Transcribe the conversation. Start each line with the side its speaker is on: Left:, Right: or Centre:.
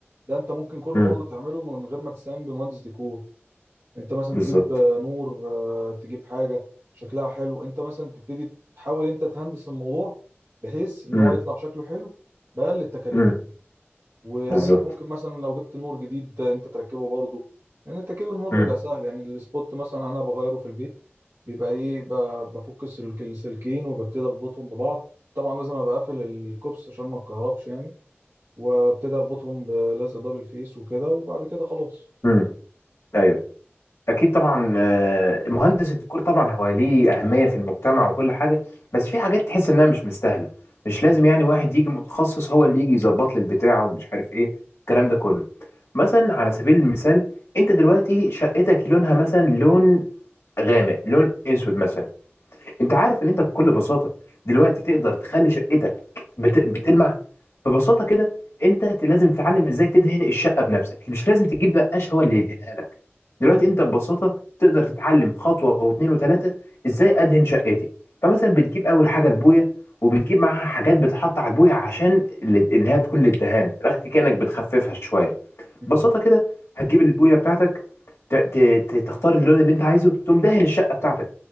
Right: ده انت ممكن كله
Left: امم
Right: برضه تعمله من غير ما تستعين بمهندس ديكور انت مثلا
Left: بالظبط
Right: تجيب آه، نور آه، تجيب حاجه شكلها حلو انت مثلا تبتدي تحاول انت تهندس الموضوع بحيث ان
Left: امم
Right: هو يطلع شكله حلو بأقل التكاليف
Left: امم
Right: ويعني
Left: بالظبط
Right: انت ممكن مثلا لو جبت نور جديد آه، انت تركبه برضه يعني تركيب النور بيبقى
Left: امم
Right: سهل يعني السبوت مثلا انا بغيره في البيت بيبقى ايه ب- بفك السلك- السلكين وببتدي اربطهم ببعض طبعا لازم ابقى قافل الكوبس عشان ما اتكهربش يعني وابتدي اربطهم بلزق دبل فيس وكده وبعد كده خلاص
Left: امم ايوه اكيد طبعا آه، مهندس الديكور طبعا هو ليه اهميه في المجتمع وكل حاجه بس في حاجات تحس انها مش مستاهله مش
Right: م-
Left: لازم يعني واحد يجي متخصص هو اللي يجي يظبط لي البتاعه ومش عارف ايه الكلام ده كله مثلا على سبيل المثال انت دلوقتي شقتك لونها مثلا لون غامق لون اسود مثلا انت عارف ان انت بكل بساطه دلوقتي تقدر تخلي شقتك بت... بتلمع ببساطه كده انت ت- لازم تتعلم ازاي تدهن الشقه بنفسك مش لازم تجيب نقاش هو اللي يدهنها لك دلوقتي
Right: م-
Left: انت ببساطه تقدر تتعلم خطوه واثنين وثلاثه ازاي ادهن شقتي فمثلا بتجيب اول حاجه البويه وبتجيب معاها حاجات بتحط على البويه عشان ال- انها تكون للدهان من الاخر كانك بتخففها شويه
Right: م-
Left: ببساطه كده هتجيب البويه بتاعتك ت- ت- ت- تختار اللون اللي انت عايزه تقوم دهن الشقه بتاعتك